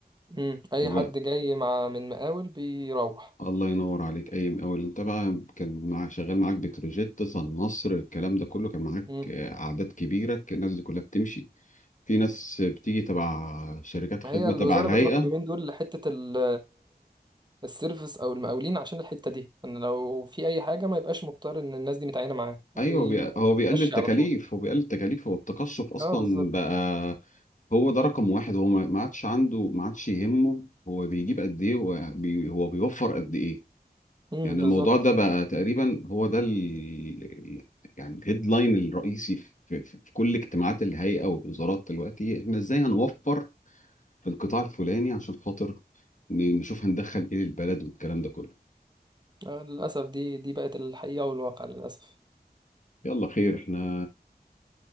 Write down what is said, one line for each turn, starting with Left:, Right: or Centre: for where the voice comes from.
Right: مم. اي
Left: وبقى
Right: حد جاي مع من مقاول بيروح
Left: الله ينور عليك اي مقاول انت بقى كان معاك شغال معاك بتروجيت صن نصر الكلام ده كله كان معاك
Right: مم.
Left: آه، اعداد كبيره كان الناس دي كلها بتمشي في ناس بتيجي تبع شركات خدمه
Right: ما هي الوزارة
Left: تبع الهيئه
Right: بتروح اليومين دول لحتة ال- السيرفس او المقاولين عشان الحتة دي ان لو في اي حاجة ما يبقاش مضطر ان الناس دي متعينة معاه
Left: ايوه
Right: بيمشي
Left: بي- هو بيقلل تكاليف
Right: على طول
Left: هو بيقلل تكاليف هو التقشف اصلا
Right: اه بالظبط
Left: بقى هو ده رقم واحد هو ما ما عادش عنده ما عادش يهمه هو بيجيب قد ايه هو بي هو بيوفر قد ايه
Right: مم،
Left: يعني
Right: بالظبط
Left: الموضوع ده بقى تقريبا هو ده ال يعني الهيدلاين الرئيسي في, في, في كل اجتماعات الهيئة والوزارات دلوقتي احنا ازاي هنوفر في القطاع الفلاني عشان خاطر ن- نشوف هندخل ايه للبلد والكلام ده كله
Right: آه، للاسف دي دي بقت الحقيقة والواقع للاسف
Left: يلا خير احنا